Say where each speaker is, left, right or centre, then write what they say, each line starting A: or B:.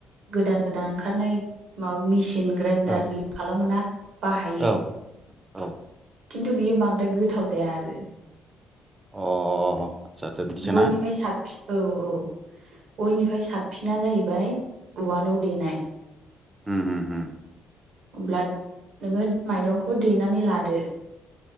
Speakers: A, on the right; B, on the right.
A: गोदान गोदान ओंखारनाय माबा मिसिन ग्रेइडार
B: औ
A: रि खालामोना बाहायो
B: औ औ।
A: खिन्थु बियो बांद्राय गोथाव जाया आरो।
B: अ। आदसा आदसा बिदिसो
A: बयनिफाय
B: ना
A: साबसिन औ औ बयनिफ्राय साबसिना जाहैबाय उवालाव दे
B: ओम ओम होम।
A: अब्ला नोङो माइरंखौ देनानै लादो